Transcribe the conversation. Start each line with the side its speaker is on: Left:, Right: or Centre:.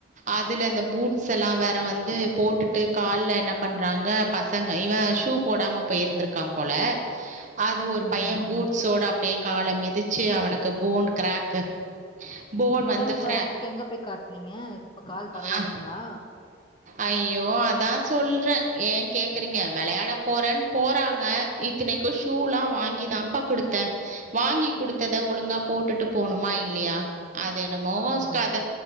Right: அத ல இந்த பூட்ஸ் எல்லா வேற வந்து போட்டுட்டு கால்ல என்ன பண்றாங்க பசங்க இவ ஷூ போடாம போயிருந்திருக்கா போல அது ஒரு
Left: ம்
Right: பைய பூட்ஸோட அப் கால மிதிச்சு அவனுக்கு போன் கிராக்கு போன்
Left: புரோன்
Right: வந்து
Left: கிராக்குக்கு
Right: ஃப்ரா
Left: எங்க போய் காட்னீங்க இப்ப கால் பரவாயில்லைங்களா
Right: அ ஐயோ அதா சொல்ற ஏ கேக்குறீங்க வெளையாட போறேன்னு போறாங்க இத்தனைக்கு ஷூலா வாங்கிதாப்பா குடுத்த வாங்கி குடுத்தத ஒழுங்கா போட்டுட்டு போணுமா இல்லையா அது என்னமோ
Left: ஆமா
Right: கத